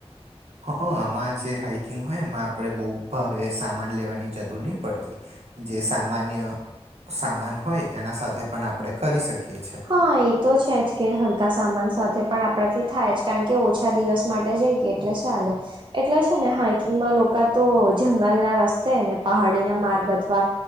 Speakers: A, on the right; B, on the right.
A: હ આમાં જે હાાઈકિંગ હોય એમાં આપણે બહુ ભારે સામાન લેવાની જરૂર નહીં પડતી જે સામાન્ય સામાન હોય એના સાથે પણ આપણે કરી શકીએ છીએ
B: હા એ તો છેજ કે હલકા સામાન સાથે પણ આપણાથી થાય જ કારણ કે ઓછા દિવસ માટે જઈએ એટલે ચાલે એટલે છે ને હાઈકિંગમાં લોકો તો જંગલ ના રસ્તે ને પહાડીના માર્ગ અથવા